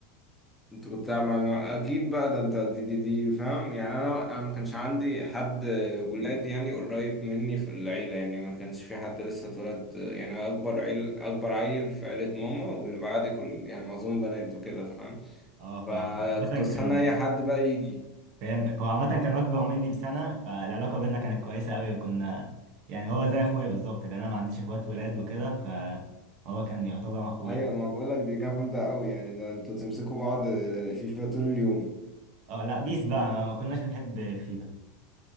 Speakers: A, in the centre; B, on the right (about 60°).
A: انت كنت عمل... اكيد بقى ده انت دي دي دي فاهم يعني انا انا ما كانش عندي حد ولاد يعني قريب مني في العيله يعني ما كانش في حد لسه اتولد يعني أنا اكبر عيل اكبر عيل في عيله ماما واللي بعدي كل يعني معظم بنات وكده فاهم
B: اه
A: فكنت
B: فاهم عامة
A: بستنى
B: كان
A: اي حد بقى يجي
B: فهمتك هو عامة كان أكبر مني بسنة فالعلاقة بينا كانت كويسة أوي وكنا يعني هو زي أخويا بالظبط لأن أنا ما عنديش إخوات ولاد وكده فهو كان يعتبر أخويا
A: ايوه ما بقول لك دي جامده قوي يعني ده انتوا تمسكوا بعض فيفا طول اليوم
B: أه لا بيس بقى ما كناش بنحب فيفا